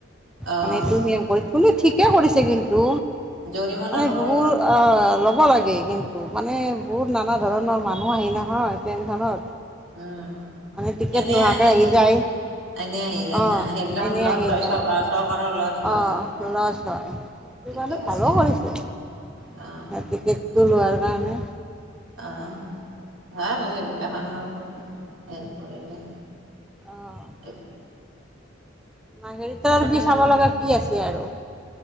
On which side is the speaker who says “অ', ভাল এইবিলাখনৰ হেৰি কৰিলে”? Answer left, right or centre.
Right